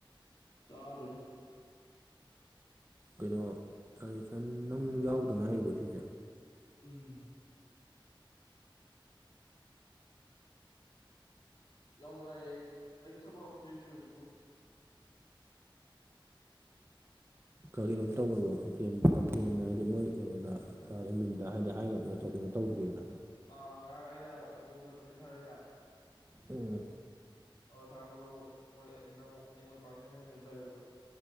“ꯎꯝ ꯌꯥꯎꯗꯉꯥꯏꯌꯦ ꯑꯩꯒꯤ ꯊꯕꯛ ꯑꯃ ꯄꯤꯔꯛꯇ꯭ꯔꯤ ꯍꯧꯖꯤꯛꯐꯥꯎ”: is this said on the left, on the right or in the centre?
Left